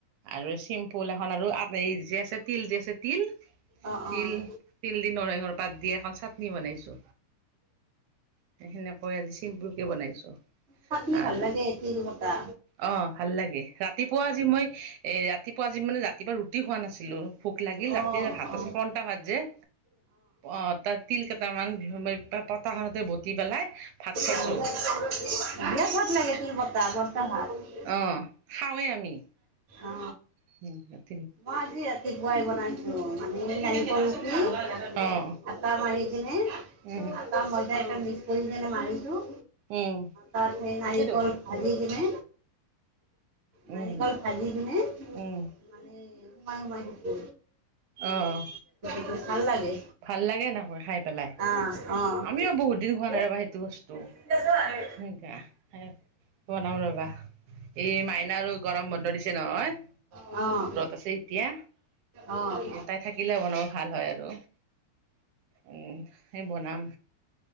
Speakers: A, on the right; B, on the right.
A: আৰু চিম্পুল এখন আৰু আপনা--এই যে আছে তিল যে আছে তিল
B: অঁ অঁ অঁ
A: তিল তিল দি নৰসিংহৰ পাত দি এখন চাটনি বনাইছো সেই সেনেকৈ আজি চিম্পুল কে বনাইছো
B: চাটনি
A: আৰু
B: ভাল লাগে তিলবতা
A: অঁ ভাল লাগে ৰাতিপুৱা আজি মই এ ৰাতিপুৱা আজি মানে ৰাতিপুৱা ৰুটি খোৱা নাছিলোঁ ভোক লাগিল
B: অ
A: ৰাতি এ ভাত
B: অ
A: আছিল পন্টা ভাত যে অ', তাত তিল কেইটামান পতাখনতে বতি পেলাই। ভাত খাইছো
B: অ বিৰাট ভাল লাগে তিল বটা পান্টা ভাত
A: অঁ', খাওঁৱেই আমি।
B: অ
A: <unintelligible>
B: মই আজি ৰাতিপুৱাই বনাইছো, মানে নাৰিকল ৰুকি।
A: অ', অ
B: আটা মাৰি কিনে,
A: উম'
B: ত ময়দা ইয়াতে মিছ কৰি কেনে মাৰিছোঁ
A: উম,
B: তাত সেই নাৰিকল
A: সেইটো
B: ভাজি
A: উম,
B: কিনে নাৰিকল
A: উম,
B: ভাজি কিনে
A: উম,
B: মানে সোমাই সোমাই দিছো
A: অঁ
B: টো ভাল লাগে
A: ভাল লাগে এনেকৈ খাই পেলাই
B: অ অ
A: আমিও বহুত দিন
B: অ', অ', অ', অ',
A: খোৱা নাই ৰবা সেইটো বস্তু
B: শুনিছো
A: <unintelligible>
B: হয় নেকি?
A: বনাম ৰবা এই মাইনাৰো গৰম বন্ধ দিছে নহয়
B: অ'।
A: <unintelligible> এতিয়া,
B: অ', হয়
A: তাই থাকিলে বনাব ভাল হয় আৰু। উম, সেই বনাম।